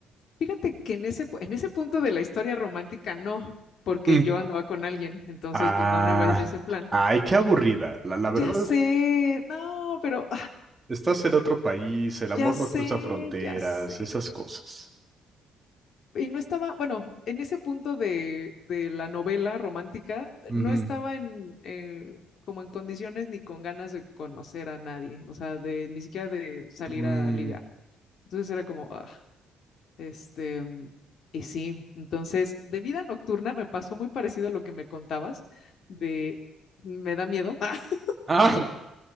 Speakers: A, on the left; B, on the right.
A: fíjate que en ese, pu- en ese punto de la historia romántica no, porque
B: Mm.
A: yo andaba con alguien, entonces
B: Ah,
A: pues no, no iba en ese plan.
B: ay, qué aburrida. La, la
A: Ya
B: verdad,
A: sé,
B: es-
A: no, pero
B: Estás en otro país, el amor
A: Ya sé,
B: no cruza fronteras,
A: ya sé.
B: esas cosas.
A: Y no estaba, bueno, en ese punto de, de la novela romántica,
B: Ujú.
A: no estaba en, eh, como en condiciones ni con ganas de conocer a nadie, o sea, de ni siquiera de salir
B: Mm.
A: a ligar. Entonces era como, ah, este, mm, y sí, entonces de vida nocturna me pasó muy parecido a lo que me contabas, de me da miedo, <laughs>
B: Ah,